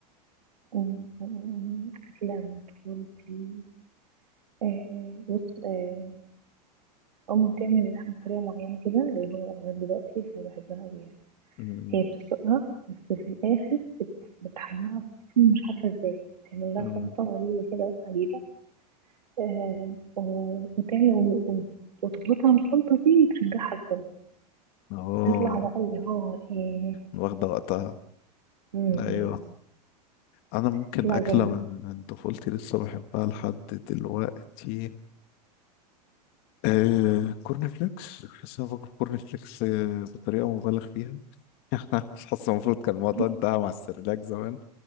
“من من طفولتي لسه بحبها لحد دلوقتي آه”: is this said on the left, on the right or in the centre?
Left